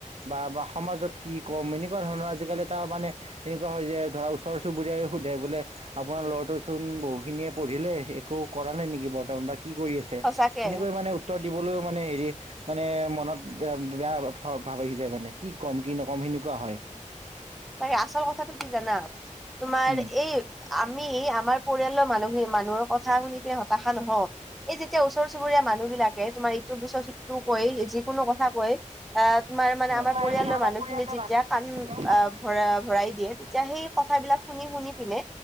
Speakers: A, on the right (about 50°); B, in the centre.
A: বা বা সমাজত কি ক'ম এনেকুৱা ধৰণৰ আজিকালি তাৰ মানে এনেকুৱা হয় যে ধৰা ওচৰ চুবুৰীয়াই সুধাই বোলে আপোনাৰ ল'ৰাটো চোন বহু খিনিয়ে পঢ়িলে একো কৰা নাই নেক কি বৰ্তমান বা কি কৰি আছে
B: সঁচাকে
A: এনেকৈ মানে উত্তৰ দিবলৈও মানে হেৰি মানে মনত বেয়া ভাৱ আহি যায় মানে কি ক'ম কি নক'ম সেনেকুৱা হয়।
B: তাকে আচল কথাটো কি জানা তোমাৰ
A: উম।
B: এই আমি আমাৰ পৰিয়ালৰ মানুহখিনি মানুহৰ কথা শুনি পিনে হতাশা নহও। এই যেতিয়া ওচৰ চুবুৰীয়া মানুহ বিলাকে তোমাৰ ইটো পিছত সিটো কৈ যিকোনো কথা কয়। আহ তোমাৰ মানে
A: হয়।
B: আমাৰ পৰিয়ালৰ
A: আমাৰ
B: মানুহখিনি
A: পৰিয়ালৰ
B: যেতিয়া
A: মানুহখিনি
B: কান
A: যেতিয়া
B: আ ভৰা ভৰাই দিয়ে এতিয়া সেই কথাবিলাক শুনি শুনি পিনে